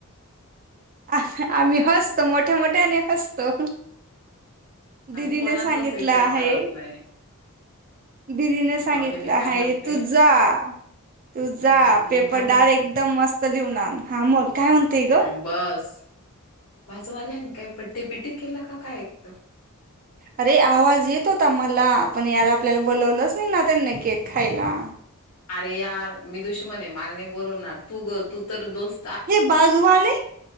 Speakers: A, on the right (about 40°); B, on the left (about 80°).
A: आ आम्ही हसतो मोठ्या मोठ्या आणि हसतो.
B: आम्ही
A: दिदीने
B: कोणाचाच
A: सांगितलं
B: विचार
A: आहे
B: करत नाही
A: दिदीने सांगित
B: जाऊ दे मी काय
A: हाय
B: म्हणते
A: तू जा तू जा
B: हा मी
A: पेपर
B: काय म्हणते
A: डायरेक्ट एकदम मस्त लिहून आण हा म काय. म्हणतेय ग
B: हम बस. माजूवाल्यानी काय बड्डेबिड्डी केला का काय एकतर.
A: अरे आवाज येत होता मला पण यार आपल्याला बोलवलंच नाही ना त्यांनी केक खायला.
B: अरे यार मी दुश्मन आहे माल नाय बोलवणार तू ग तू तर दोस्.
A: हे बाजूवाले